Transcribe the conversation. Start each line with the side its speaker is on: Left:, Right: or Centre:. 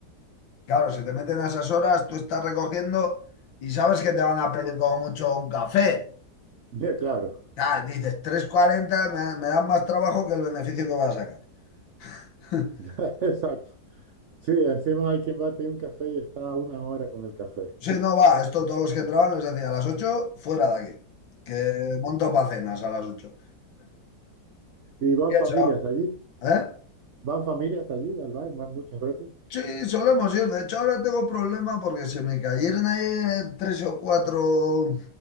Left: claro, se te meten a esas horas, tú estás recogiendo y sabes que te van a pedir como mucho un café.
Right: Bien, claro.
Left: Ah, dices, 3.40 me, da- me dan más trabajo que el beneficio que voy a sacar. <laughs>
Right: <laughs> Exacto. Sí, encima hay quien va a pedir un café y está una hora con el café.
Left: Sí, no va, esto todos los que entraban les decía a las 8 fuera de aquí, que monto para cenas a las ocho
Right: ¿Y van
Left: Y
Right: familias
Left: eso,
Right: allí?
Left: ¿eh?
Right: Van familias allí al baile van muchas veces.
Left: Sí, solemos ir. De hecho, ahora tengo problema porque se me cayeron ayer tres o cuatro